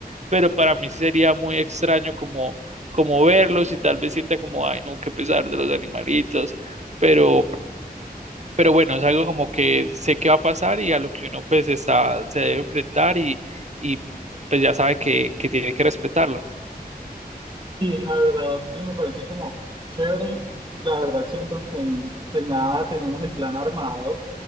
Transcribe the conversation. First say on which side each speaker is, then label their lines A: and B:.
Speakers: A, on the right; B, on the right.
A: pero para mí sí sería muy extraño como, como verlos y tal vez sienta como, ay, no, qué pesar de los animalitos, pero, pero bueno, es algo como que sé que va a pasar y a lo que uno pues está, se debe enfrentar y, y pues ya sabe que, que tiene que respetarlo.
B: Y la verdad, pues me parece como chévere. La verdad, siento que pues nada, tenemos el plan armado.